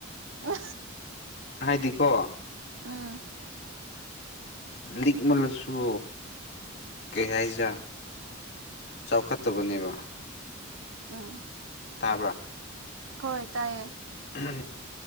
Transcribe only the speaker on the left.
ꯍꯥꯏꯗꯤꯀꯣ
ꯂꯤꯛꯃꯜꯂꯁꯨ ꯀꯩ ꯍꯥꯏꯖꯥ ꯆꯥꯎꯈꯠꯇꯕꯅꯦꯕ
ꯇꯥꯕ꯭ꯔꯥ
ꯐ